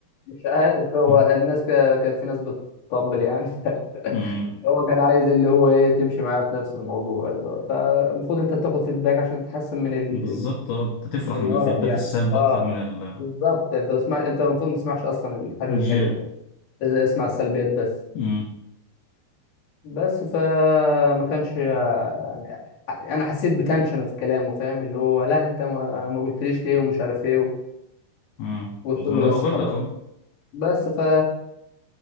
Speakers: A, on the left (about 50°); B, on the left (about 75°).
A: مش عارف هو
B: <laughs>
A: الناس كا- كانت في ناس بتطبل يعني <laughs> ف-
B: مم.
A: فهو كان عايز اللي هو ايه تمشي معاه في نفس الموضوع اللي هو فالمفروض انت بتاخد فيدباك عشان تحسن من ال...
B: بالظبط
A: ال...
B: اه أنت تفرح
A: من
B: من
A: الغلط
B: الفيدباك
A: يعني
B: السلبي
A: اه
B: أكتر من ال-
A: بالظبط انت اسمع انت المفروض ما تسمعش اصلا الحاجه
B: الإيجابي
A: الحلوه لازم اسمع السلبيات بس
B: مم.
A: بس فما كانش يعني انا حسيت بتنشن في كلامه فاهم اللي هو لا انت ما ما قلتليش ليه ومش عارف ايه
B: مم.
A: قلت
B: طب
A: له
B: أنا بقول
A: بس خلاص
B: لك أهو
A: بس ف